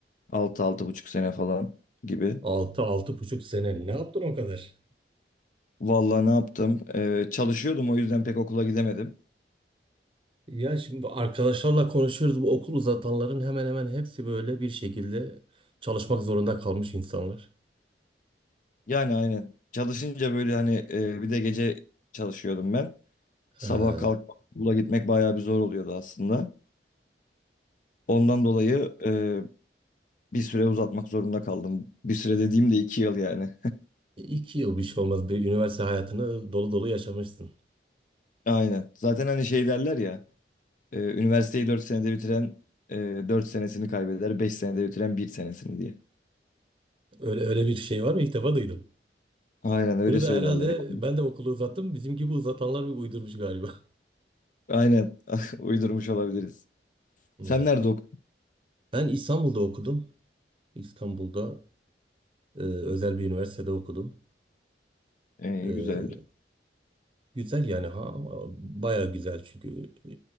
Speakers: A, on the left; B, on the right.
A: Altı altı buçuk sene falan gibi.
B: Altı altı buçuk sene ne yaptın o kadar?
A: Vallahi ne yaptım? Ee, çalışıyordum o yüzden pek okula gidemedim.
B: Ya şimdi arkadaşlarla konuşuyoruz. Bu okul uzatanların hemen hemen hepsi böyle bir şekilde çalışmak zorunda kalmış insanlar.
A: Yani aynen. Çalışınca böyle hani e, bir de gece çalışıyordum ben. Sabah
B: Ha,
A: kalkıp okula gitmek bayağı bir zor oluyordu aslında. Ondan dolayı e, Bir süre uzatmak zorunda kaldım. Bir süre dediğim de iki yıl yani.
B: iki yıl bir şey olmaz. Bir üniversite hayatını dolu dolu yaşamışsın.
A: <laughs> Aynen. Zaten hani şey derler ya. e, üniversiteyi 4 senede bitiren e, 4 senesini kaybeder. 5 senede bitiren bir senesini diye.
B: Öyle öyle bir şey var mı? İlk defa duydum.
A: Aynen öyle
B: Bunu
A: söylerler.
B: da herhalde
A: yani.
B: ben de okulu uzattım. Bizim gibi uzatanlar bir uydurmuş galiba. <laughs>
A: Aynen. <laughs> Uydurmuş olabiliriz.
B: Ya.
A: Sen nerede okudun?
B: Ben İstanbul'da okudum. İstanbul'da e, özel bir üniversitede okudum.
A: Ee,
B: E,
A: güzel.
B: güzel yani ha baya güzel çünkü e,